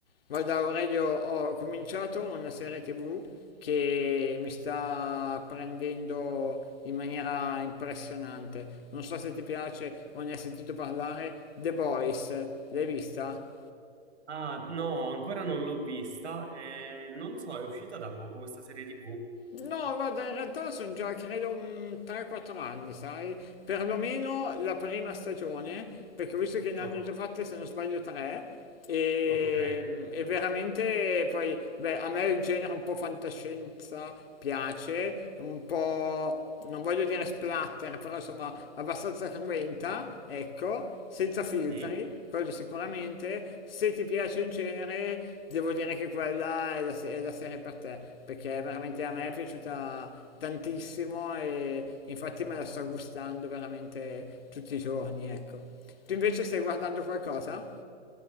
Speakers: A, on the left (about 60°); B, on the right (about 90°).
A: Guarda Aurelio, ho cominciato una serie TV che mi sta prendendo in maniera impressionante. Non so se ti piace o ne hai sentito parlare, The Boys, l'hai vista?
B: Ah, no, ancora non l'ho vista. eh, non so, è uscita da poco questa serie TV.
A: No, guarda, in realtà sono già credo un 3-4 anni, sai? Perlomeno la prima stagione, perché ho visto che ne
B: No,
A: hanno già fatte, se non sbaglio, tre. E,
B: ok,
A: e veramente poi, beh, a me il genere un po' fantascienza piace, un po', non voglio dire splatter, però insomma abbastanza cruenta, ecco, senza filtri,
B: sì.
A: quello sicuramente. Se ti piace il genere, devo dire che quella è la, se- è la serie per te, perché veramente a me è piaciuta tantissimo e infatti me la sto gustando veramente tutti i giorni, ecco. Tu invece stai guardando qualcosa?